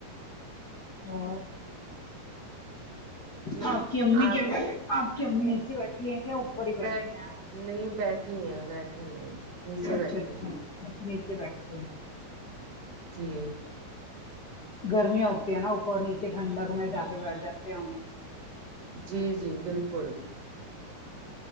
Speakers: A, on the left (about 40°); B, on the right (about 85°).
A: اور
B: جی
A: آپ کی امی
B: آپ
A: کیا آپ کی امی نیچے بیٹھی ہے کیا ہی بیٹھی
B: بیٹھ
A: ہیں آپ
B: نہیں بیٹھیے ہیں بیٹے ہیں نیچے
A: اچھا
B: بیٹھے
A: اچھا
B: ہیں
A: اچھا نے بیٹتے ہ
B: جی
A: گرمییا ہوتی ہے نا اوپر نیچے ٹھنڈک میںٹ جا کے بیٹھ جاتے ہے
B: جی جی بالکل